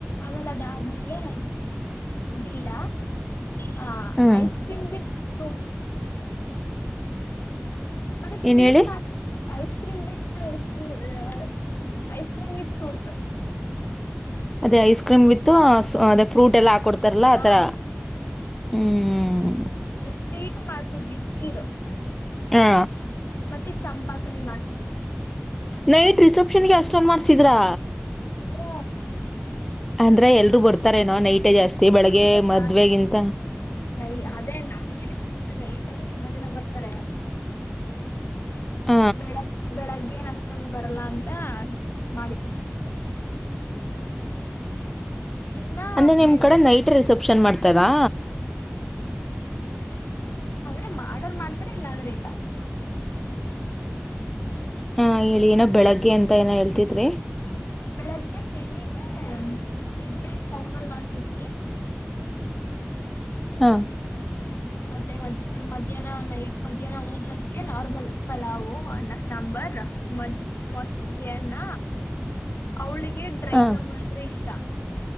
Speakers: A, on the left; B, in the centre.
A: ಆಮೇಲೆ ಆದದ್ಮೇಲೆ ಬೀಡ ಹಾ
B: ಹ್ಮ್
A: ಐಸ್ ಕ್ರೀಮ್ ವಿತ್ ಫ್ರೂಟ್ಸ್ ಮತ್ತೆ ಸ್ವೀಟ್
B: ಏನ್ ಹೇಳಿ
A: ಮಾ <inaudible> ಐಸ್ ಕ್ರೀಮ್ ವಿತ್ ಫ್ರೂ ಲಾಸ್ ಐಸ್ ಕ್ರೀಮ್ ವಿತ್ ಫ್ರೂಟ್
B: ಅದೆ ಐಸ್ ಕ್ರೀಮ್ ವಿತ್ ಥಾ ಅದೆ ಫ್ರೂಟ್ ಎಲ್ಲ ಹಾಕೊಡ್ತಾರಲ್ಲ ಆಥರ
A: ಆ
B: ಹ್ಮ್
A: ಟ್ವೀಟ್ ಮಾಡ್ಸಿದ್ವಿ ಕೀರು
B: ಹಾ
A: ಮತ್ತೆ ಚಂಪಾಕಲಿ ಮಾಡ್ಸಿದ್ವಿ
B: ನೈಟ್ ರಿಸೇಪ್ಷನ್ಗೆ ಅಶ್ ಚಂದ್ ಮಾಡ್ಸಿದ್ರಾ
A: ಹ
B: ಅಂದ್ರೆ ಎಲ್ರುೂ ಬರ್ತಾರೇನೋ ನೈ ಟ್ಟೆ ಜಾಸ್ತಿ ಬೆಳಗ್ಗೆ
A: ನೈಟ್
B: ಮದ್ವೆಗಿಂತ
A: ಜಾ ನೈ ಅದೇನ ಅದಕ್ಕೇನೆ ಕಾಸುದಿಲ್ಲ ಈತಗೂ ತುಂಬಾ ಜನ ಬರ್ತಾರೆ
B: ಹ
A: ಬೆಳಗ್ ಬೆಳಗ್ಗೆ ಏನ್ ಅಷ್ಟೊಂದು ಬರಲ್ಲ ಅಂತ ಮಾಡಿದ್ದೆ ಇನ್ನ
B: ಅಂದ್ರೆ ನಿಮ್
A: ಬೆಳಗ್
B: ಕಡೆ ನೈಟ್ ರಿಸೆಪ್ಷನ್ ಮಾಡ್ತಾರಾ
A: ಅ್ರ ಮಾಡೋರ್ ಮಾಡ್ತಾರೆ ಇಲ್ಲ ಅಂದ್ರೆ ಇಲ್ಲ
B: ಹಾ ಹೇಳಿ ಏನೋ ಬೆಳಗ್ಗೆ ಅಂತ ಅಂತ ಏನ ಹೇಳ್ತಿದ್ರಿ
A: ಬೆಳಗ್ಗೆ ತಿಂಡಿಗೆ ಇಡ್ಲಿ ಪೊಂಗಲ್ ಮಾಡಸಿದ್ವಿ
B: ಹಾ
A: ಮತ್ತೆ ಮ ಮಧ್ಯಾಹ್ನ ನೈಟ್ ಮಧ್ಯಾಹ್ನ ಊಟಕ್ಕೆ ನಾರ್ಮಲ್ ಪಲಾವು್ ಅನ್ನ ಸಾಂಬಾರ್ ಮ್ ಮಜಿಗೆ ಅನ್ನ ಅವಳಿಗೆ ಗೆ ಡ್ರೈ
B: ಹಾ
A: ಜಾಮೂನ್ ಅಂದ್ರೆ ಇಷ್ಟ